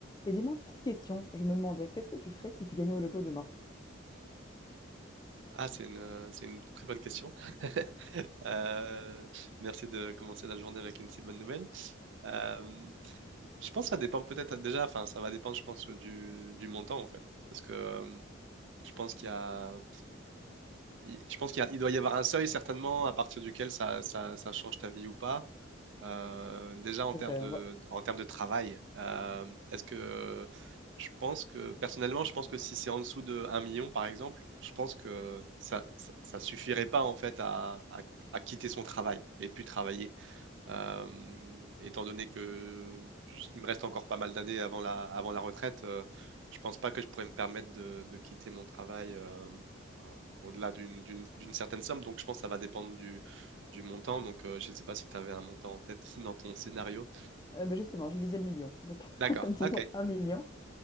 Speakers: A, on the left (about 20°); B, on the right (about 65°).
A: Et dis-moi, petite question, je me demandais, qu'est-ce que tu ferais si tu gagnais au loto demain?
B: Ah, c'est une, euh, c'est une très bonne question. <laughs> Euh, merci de commencer la journée avec une si bonne nouvelle. Euh, je pense que ça dépend peut-être déjà, enfin, ça va dépendre, je pense, du, du montant en fait. Parce que euh, je pense qu'il y a il- je pense qu'il y a- il doit y avoir un seuil certainement à partir duquel ça, ça, ça change ta vie ou pas. Euh, déjà en
A: C'est
B: termes
A: vrai,
B: de,
A: on va... <laughs>
B: en termes de travail, euh, est-ce que je pense que personnellement, je pense que si c'est en dessous de un million par exemple, je pense que ça, ça, ça suffirait pas en fait à, à, à quitter son travail et puis travailler. Euh, étant donné que j- il me reste encore pas mal d'années avant la, avant la retraite, euh, je pense pas que je pourrais me permettre de, de quitter mon travail euh, euh, au-delà d'une, d'une, d'une certaine somme. Donc, je pense que ça va dépendre du, du montant. Donc, euh, je ne sais pas si tu avais un montant en tête <laughs> dans ton scénario.
A: Euh, ben justement, je visais le million, donc
B: D'accord,
A: <laughs> disons
B: ok.
A: un million.